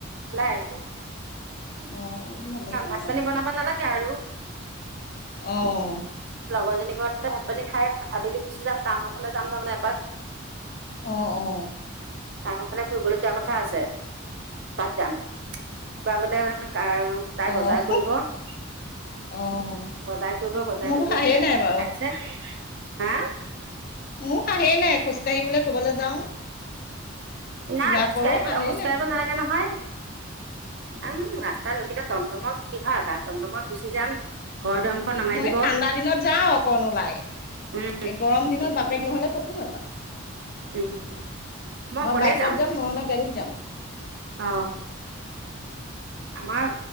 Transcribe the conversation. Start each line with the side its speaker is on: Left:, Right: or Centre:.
Right: ওলাই আহি।
Left: অ', ভালে কৰিছে
Right: ভাত পানী বনাব নালাগে আৰু
Left: অহ।
Right: লগৰজনী ঘৰতে ভাত পানী খাই, ‌ আবেলি গুচি যাম টাউনৰ ফালে যাম তাৰমানে এপাক।
Left: অ', অ,।
Right: তাহঁতৰ ফালে ফুৰিবলৈ যোৱা কথা আছে। তাত যাম কিবা বলে <unintelligible> তাই
Left: অ', অ',
Right: বজাৰ কৰিব <unintelligible>
Left: অ',
Right: বজাৰ কৰিব বজাৰ
Left: মোৰতো
Right: কৰিবলৈ
Left: সাহেই
Right: এ
Left: নাই বাৰু।
Right: লাইছে হা
Left: মোৰ সাহই নাই খোজকাঢ়ি বোলে ক'বলৈ যাওঁ। কিবা
Right: নাই খোজকাঢ়িবলৈ
Left: কৰো সাহেই
Right: খোজকাঢ়িবলৈ
Left: নাই।
Right: না নহয় উম ৰাস্তা ৰখিলে টমটমত কি হয়ৰ আৰু টমটমত গুচি যাম। ঘৰ দুৱাৰমুখত নমাই
Left: মই
Right: দিব
Left: ঠাণ্ডা দিনত যাওঁ অকন ওলাই
Right: উম,
Left: এ গৰম দিনত বাপ বাইক নহলে ক'তো নাযাওঁ
Right: উম, মই অকলে
Left: অ', বাইকত
Right: যাওঁ
Left: যাম নহ'লে গাড়ীত যাম।
Right: অ'। আমাৰ